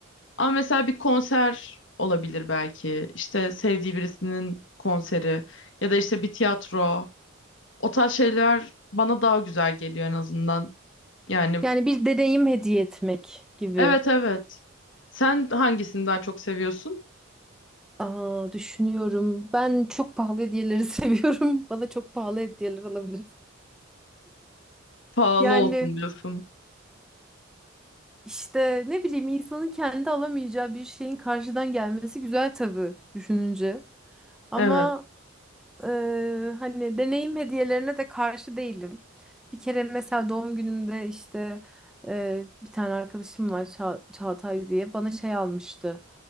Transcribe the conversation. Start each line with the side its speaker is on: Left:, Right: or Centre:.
Left: Ama mesela bir konser olabilir belki. İşte sevdiği birisinin konseri ya da işte bir tiyatro. O tarz şeyler bana daha güzel geliyor en azından. Yani
Centre: Yani bir deneyim hediye etmek gibi.
Left: evet evet. Sen hangisini daha çok seviyorsun?
Centre: Aa, düşünüyorum. Ben çok pahalı hediyeleri <laughs> seviyorum. Bana çok pahalı hediyeler alabilir.
Left: Pahalı
Centre: Yani
Left: olsun diyorsun.
Centre: işte ne bileyim insanın kendi alamayacağı bir şeyin karşıdan gelmesi güzel tabii düşününce. Ama
Left: Evet.
Centre: eee, hani deneyim hediyelerine de karşı değilim. Bir kere mesela doğum günümde işte eee, bir tane arkadaşım var Ça- Çağatay diye bana şey almıştı.